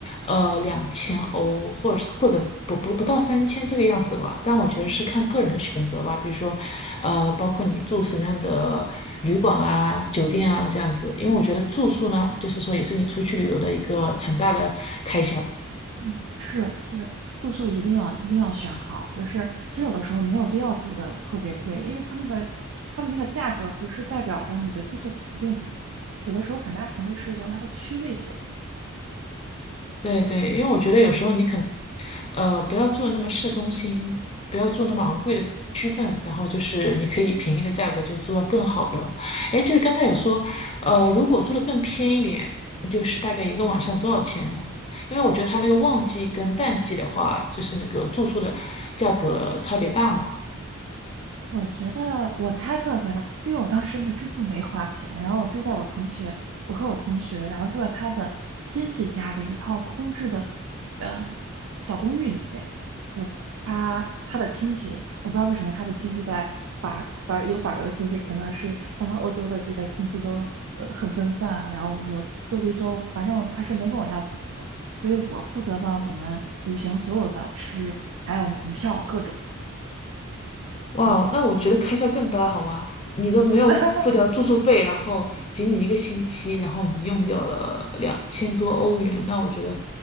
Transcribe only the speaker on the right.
嗯
嗯，是是，住宿一定要一定要选好，就是其实有的时候没有必要住的特别贵，因为它那个它的那个价格不是代表的你的住宿环境怎样，有的时候很大程度是由它的区位决定。
嗯。
对，
嗯
我觉得我猜测别的，因为我当时没住宿没花钱，然后我住在我同学，我和我同学，然后住在他的亲戚家的一套空置的小呃小公寓里面，就是他他的亲戚，我不知道为什么他的亲戚在法法有法国的亲戚，可能是他们欧洲的这个亲戚都呃很分散啊然后我们就住了一周，反正他是没跟我要钱的，所以我负责了我们旅行所有的吃，还有门票各种。
嗯。
<laughs>